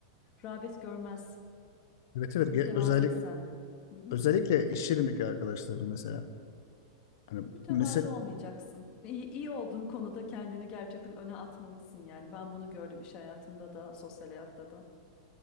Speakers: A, on the left; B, on the left.
A: Rağbet görmez
B: Evet evet Ge-
A: mütevaziysen.
B: özellik
A: Hı hı.
B: özellikle iş yerindeki arkadaşlarım mesela hani
A: Mütevazi
B: mesela
A: olmayacaksın. İyi, iyi olduğun konuda kendini gerçekten öne atmalısın yani. Ben bunu gördüm iş hayatında da, sosyal hayatta da.